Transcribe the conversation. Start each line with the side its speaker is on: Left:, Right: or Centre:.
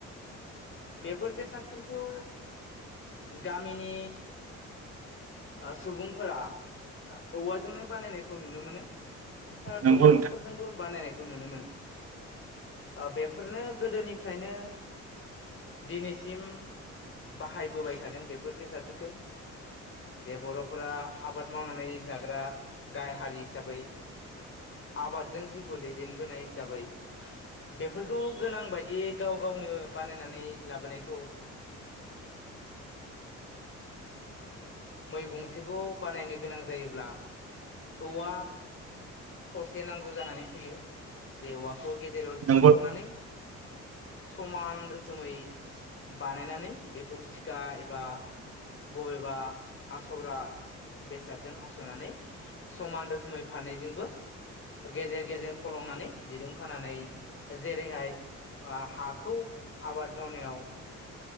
Left: बेफोर बेसादफोरखौ गामिनि सुबुंफोरा औवाजोंनो बानायनायखौ नुनो मोनो
Right: नंगौ
Left: दंफांफोरजोंबो
Right: नोंथां
Left: बानायनाय नुनो मोनो बेफोरनो गोदोनिफ्रायनो दिनैसिम बाहायबोबाय थादों बेफोर बेसादफोरखौ जे बर'फोरा आबाद मावनानै जाग्रा गाहाय हारि हिसाबै आबादजों जिउखौ दैदेनबोनाय हिसाबै बेफोरखौ गोनां बायदियै गाव गावनो बानायनानै लाबोनायखौ मै गंसेखौ बानायनो गोनां जायोब्ला औवा थसे नांगौ जानानै फैयो जे औवाखौ गेजेराव
Right: नंगौ
Left: सिनखावनानै समान रोखोमै बानायनानै बेखौ सिखा एबा बबेबा हास'ग्रा बेसादजों हास'नानै समान रोखोमै फारनैैजोंबो गेजेर गेजेर फलंनानै दिरुं खानानै जेरैहाय हाखौ आबाद मावनायाव